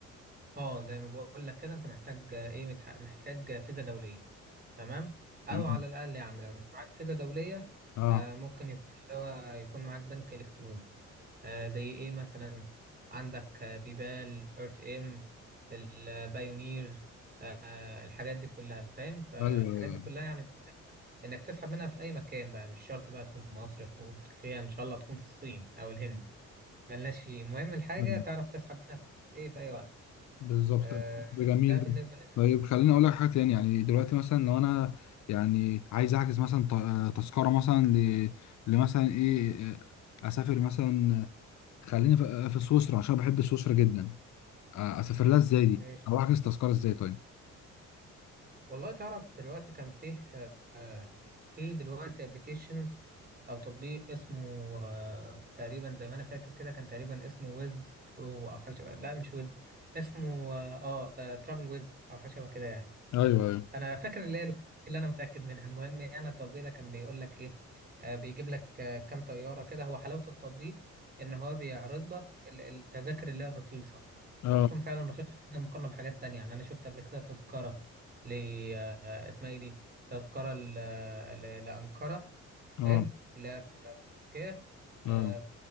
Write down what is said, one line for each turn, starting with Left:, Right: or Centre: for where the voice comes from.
Right: اه زي ما بقول لك كده انت محتاج آه، ايه متح- محتاج آه، فيزا دوليه تمام او
Left: تمام
Right: على الاقل يا عم لو مش معاك فيزا دوليه
Left: اه
Right: آه ممكن يكون اللي هو يكون معاك بنك الكتروني آه زي ايه مثلا عندك آه، بيبال ارت ام البايونير آه الحاجات دي كلها فاهم فالحاجات
Left: ايوه
Right: دي كلها يعني انك تسحب منها في اي مكان بقى مش شرط بقى تكون في مصر تكون في تركيا ان شاء الله تكون في الصين او الهند ملناش فيه المهم الحاجه
Left: أيوة.
Right: تعرف تسحب منها في ايه في اي وقت
Left: بالظبط
Right: آه،
Left: ده جميل
Right: ده
Left: ده
Right: بالنسبة لل
Left: طيب خليني اقول لك حاجه تاني يعني دلوقتي مثلا لو انا يعني عايز احجز مثلا ط- آه، تذكره مثلا ل... لمثلا ايه آه، اسافر مثلا آه، خليني في في سويسرا عشان بحب سويسرا جدا آه، اسافر لها ازاي دي
Right: ماشي
Left: او احجز تذكره ازاي طيب
Right: والله تعرف دلوقتي كان فيه آه، في دلوقتي ابلكيشنز او تطبيق اسمه آه، تقريبا زي ما انا فاكر كده كان تقريبا اسمه ويز ترو او حاجة شبه لا مش ويز اسمه اه ترافل ويز او حاجة شبه كده يعني
Left: ايوه ايوه
Right: انا فاكر اللي هي الوحيدة اللي انا متاكد منها المهم يعني انا التطبيق ده كان بيقول لك ايه آه بيجيب لك آه كام طياره كده هو حلاوه التطبيق ان هو بيعرض لك ال- التذاكر اللي هي الرخيصه
Left: اه
Right: وبتكون فعلا رخيصه جدا مقارنه بحاجات تانية يعني انا شفت قبل كده تذكره ل آه اسمها ايه دي تذكره ل- ل- لانقره
Left: اه
Right: حلو اللي هي في في تركيا آه
Left: اه